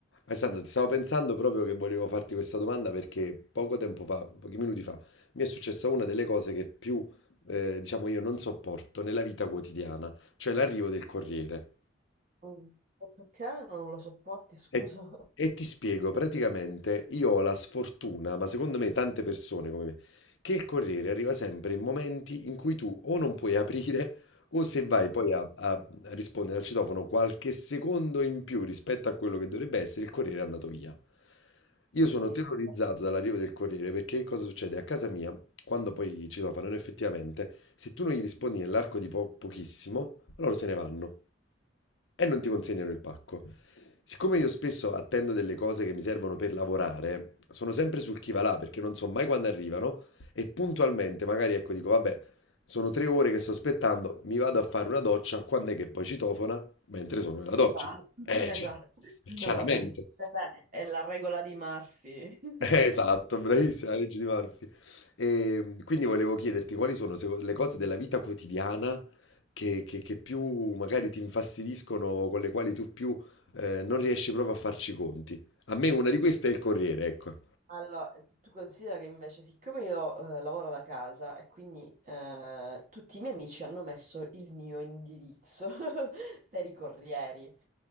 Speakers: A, on the left; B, on the right.
A: Alessandro, ti stavo pensando proprio che volevo farti questa domanda perché poco tempo fa, pochi minuti fa, mi è successa una delle cose che più, eh, diciamo, io non sopporto nella vita quotidiana, cioè l'arrivo del corriere.
B: Mm. E Perché non lo sopporti, scusa?
A: E, e ti spiego, praticamente io ho la sfortuna, ma secondo me tante persone come me, che il Corriere arriva sempre in momenti in cui tu o non puoi aprire o se vai poi a, a a rispondere al citofono qualche secondo in più rispetto a quello che dovrebbe essere, il Corriere è andato via. Io sono
B: Sì,
A: terrorizzato
B: sì.
A: dall'arrivo del Corriere perché cosa succede? A casa mia, quando poi citofonano effettivamente, se tu non gli rispondi nell'arco di po- pochissimo, loro se ne vanno e non ti consegnano il pacco. Siccome io spesso attendo delle cose che mi servono per lavorare, sono sempre sul chi va là perché non so mai quando arrivano e puntualmente magari ecco dico vabbè, sono tre ore che sto aspettando, mi vado a fare una doccia, quando è che poi citofona? Mentre sono nella
B: Esatto.
A: doccia.
B: <laughs>
A: Eh, cioè,
B: Esatto. Vabbè.
A: chiaramente.
B: Vabbè, è la regola di Murphy. <laughs>
A: Eh, Esatto, bravissima, la legge di Murphy. E, quindi volevo chiederti quali sono seco- le cose della vita quotidiana che, che- che più magari ti infastidiscono, o con le quali tu più eh, non riesci proprio a farci i conti. A me una di queste è il Corriere, ecco.
B: Allora, tu considera che invece, siccome io eh, lavoro da casa e quindi eh, tutti i miei amici hanno messo il mio indirizzo <laughs> per i corrieri.